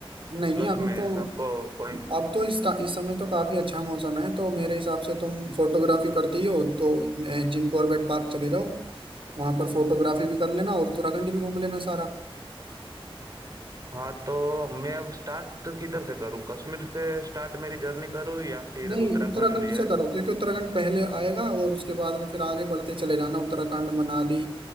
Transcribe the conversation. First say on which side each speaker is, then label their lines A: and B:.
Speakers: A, on the right; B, on the right.
A: नहीं
B: प्लस
A: अभी
B: में
A: तो
B: आपको कोई
A: अब तो इस, इस समय तो काफी अच्छा मौसम है तो मेरे हिसाब से तुम फोटोग्राफी करती ही हो तो अ, जिम कॉर्बेट पार्क चले जाओ वहां पर फोटोग्राफी भी कर लेना और उत्तराखंड भी घूम लेना सारा
B: हाँ तो मैं अब स्टार्ट किधर से करूँ कश्मीर से स्टार्ट मेरी जर्नी करूँ या फिर
A: नहीं
B: उत्तराखंड
A: उत्तराखंड
B: ये
A: से करो क्योंकि उत्तराखंड पहले आएगा और उसके बाद हम फिर आगे बढ़ते चले जाना उत्तराखंड मनाली